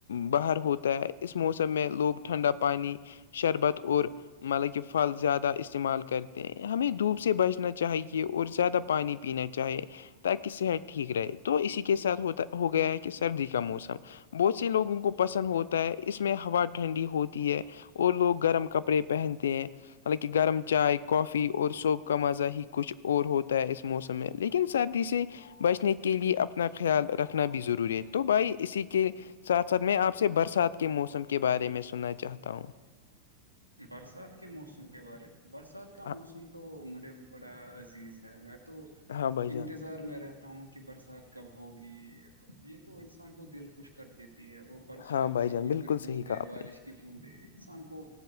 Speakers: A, on the left; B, on the right.
A: باہر ہوتا ہے اس موسم میں لوگ ٹھنڈا پانی شربت اور مطلب کہ پھل زیادہ استعمال کرتے ہیں ہمیں دھوپ سے بچنا چاہیے اور زیادہ پانی پینا چاہیے تاکہ صحت ٹھیک رہے تو اسی کے ساتھ ہوتا ہو گیا ہے کہ سردی کا موسم بہت سے لوگوں کو پسند ہوتا ہے اس میں ہوا ٹھنڈی ہوتی ہے اور لوگ گرم کپڑے پہنتے ہیں مالکہ گرم چائے کافی اور سوپ کا مزہ ہی کچھ اور ہوتا ہے اس موسم ہے لیکن سردی سے بچنے کے لیے اپنا خیال رکھنا بھی ضروری ہے تو بھائی اسی کے ساتھ ساتھ میں آپ سے برسات کے موسم کے بارے میں سننا چاہتا ہوں
B: برسات کے موسم کے بارے میں برسات کا موسم
A: ہاں
B: تو مجھے بڑا عزیز ہے میں تو
A: ہاں بھائی جان
B: انتظار میں رہتا ہوں کہ برسات کب ہوگی یہ تو انسان کو دل خوش کر دیتی ہے وہ برسات
A: ہاں بھائی
B: کی
A: جان
B: کچھ
A: بالکل
B: کچھ بوندیں
A: صحیح کہا آپ
B: بارش
A: نے
B: کی بوندیں انسان کو